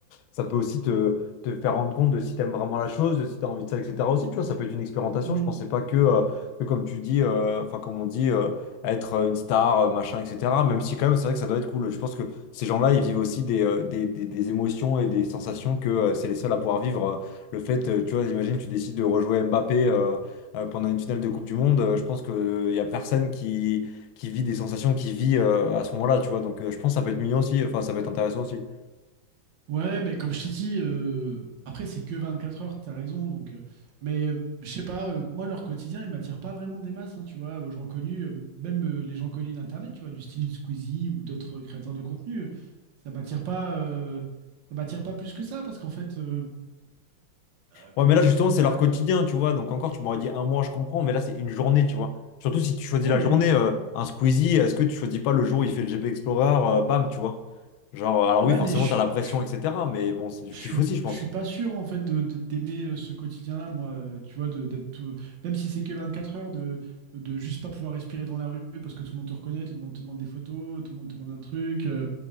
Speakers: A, on the left (about 85°); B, on the right (about 65°).
A: ça peut aussi te, te faire rendre compte de si tu aimes vraiment la chose, de si tu as envie de ça, etc. aussi, tu vois, ça peut être une expérimentation.
B: vois.
A: Je pensais pas que, euh, que comme tu dis, euh, enfin, comme on dit, euh, être euh, une star, euh, machin, etc. Même si, quand même, c'est vrai que ça doit être cool. Je pense que ces gens-là, ils vivent aussi des, euh, des, des- des émotions et des sensations que euh, c'est les seuls à pouvoir vivre. Euh, Le fait, euh, tu vois, imagine, tu décides de rejouer Mbappé. euh, euh, pendant une finale de Coupe du Monde, euh, je pense qu'il y a personne qui, qui vit des sensations qui vit euh, à ce moment-là, tu vois. Donc euh, je pense que ça peut être mignon aussi, enfin ça peut être intéressant aussi.
B: Ouais, mais comme je t'ai dit, euh, après, c'est que 24 heures, t'as raison. Donc, euh, mais euh, je sais pas, euh, moi, leur quotidien, il m'attire pas vraiment des masses, hein, tu vois, aux gens connus, euh, même euh, les gens connus d'Internet, tu vois, du style Squeezie ou d'autres euh, créateurs de contenu, euh, ça m'attire pas, euh, ça m'attire pas plus que ça, parce qu'en fait, euh, euh,
A: Ouais,
B: comment
A: mais là,
B: t'expliquer
A: justement, c'est
B: ça?
A: leur quotidien,
B: euh,
A: tu vois. Donc, encore, tu m'aurais dit un mois, je comprends, mais là, c'est une journée, tu vois. Surtout si tu choisis
B: ouais,
A: la
B: mais,
A: journée, euh, un Squeezie, est-ce que tu choisis pas le jour où il fait le GP Explorer, euh, bam, tu vois. Genre, euh, alors
B: ouais,
A: oui, forcément,
B: mais je,
A: t'as la pression,
B: suis
A: etc. Mais bon, c'est du
B: je
A: kiff
B: suis
A: aussi, je pense.
B: je suis pas sûr en fait de- de- d'aimer euh, ce quotidien-là, moi, euh, tu vois, de- d'être tout- même si c'est que 24 heures de de juste pas pouvoir respirer dans la rue parce que tout le monde te reconnaît, tout le monde te demande des photos, tout le monde te demande un truc, euh,